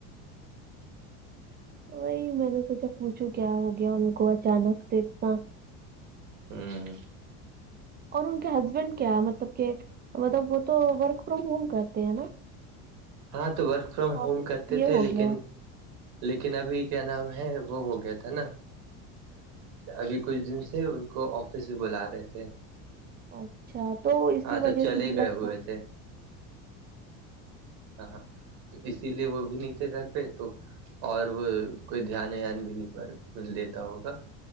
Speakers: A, on the right; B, on the right.
A: وہی میں نے سوچا پوچھو کیا ہو گیا ان کو اچانک سے اتنا
B: ہوں
A: اور ان کے ہسبینڈ کیا مطلب کہ مطلب وہ تو ورک فرام ہوم کرتے ہیں نا
B: ہاں تو ورک فرام
A: تو
B: ہوم
A: آفس
B: کرتے
A: یہ
B: تھے
A: ہو
B: لیکن
A: گیا
B: لیکن ابھی کیا نام ہے وہ ہو گیا تھا نا ابھی کچھ دن سے ان کو آفس بھی بلا رہے تھے
A: اچھا تو اسی
B: ہاں
A: وجہ
B: تو چلے
A: سے بھی
B: گئے
A: لگتا
B: ہوئے تھے ہاں تو اسی لیے وہ بھی نہیں تھے گھر پہ تو اور وہ کوئی دھیان ان بھی نہیں دیتا ہوگا